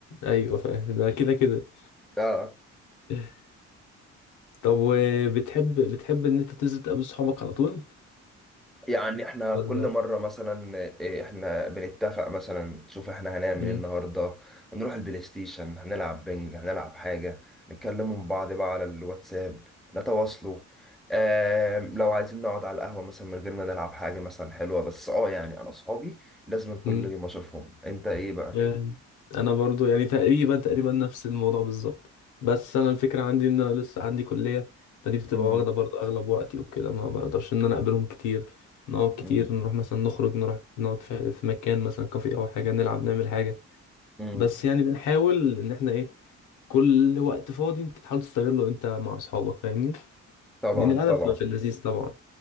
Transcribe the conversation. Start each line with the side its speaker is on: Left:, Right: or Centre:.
Left: ايوه فاهم ده كده كده
Centre: اه
Left: <laughs> طب وبتحب بتحب ان انت تنزل تقابل صحابك على طول
Centre: يعني احنا
Left: ولا
Centre: كل مرة مثلا إيه، احنا بنتفق مثلا نشوف احنا هنعمل
Left: امم
Centre: ايه النهاردة هنروح البلاي ستيشن هنلعب بنج هنلعب حاجة نتكلموا مع بعض بقى على الواتساب نتواصلوا اه لو عايزين نقعد على القهوة مثلا من غير ما نلعب حاجة مثلا حلوة بس اه يعني انا صحابي لازم كل
Left: امم
Centre: يوم اشوفهم انت ايه بقى
Left: جامد. انا برضو يعني تقريبا تقريبا نفس الموضوع بالظبط بس انا الفكره عندي ان انا لسه عندي كليه فدي بتبقى
Centre: مم.
Left: واخده برضو اغلب وقتي وكده ما بقدرش ان انا اقابلهم كتير نقعد كتير
Centre: مم.
Left: نروح مثلا نخرج نروح نقعد في في مكان مثلا كافيه او حاجه نلعب نعمل حاجه
Centre: مم.
Left: بس يعني بنحاول ان احنا ايه كل وقت فاضي انت تحاول تستغله انت مع اصحابك فاهمني
Centre: طبعا
Left: لان القعده
Centre: طبعا
Left: بتبقى في اللذيذ طبعا